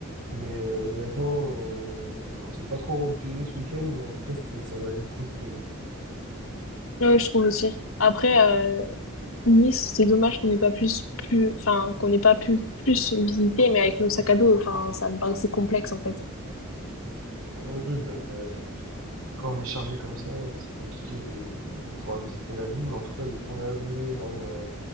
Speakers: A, on the right (about 80°); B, on the left (about 70°).
A: mais euh, honnêtement, euh, on s'est pas trop reposé ce week-end, mais en tout cas, c'était- ça valait le coup. je trouve.
B: Ouais, je trouve aussi. Après, euh, Nice, c'est dommage qu'on n'ait pas plus, plus, enfin, qu'on n'ait pas pu plus visiter, mais avec nos sacs à dos, enfin, ça me paraissait complexe, en fait.
A: Oui, ben, quand on est chargé comme ça, euh, c'est compliqué de, de pouvoir visiter la ville. Mais en tout cas, de ce qu'on a vu, même euh,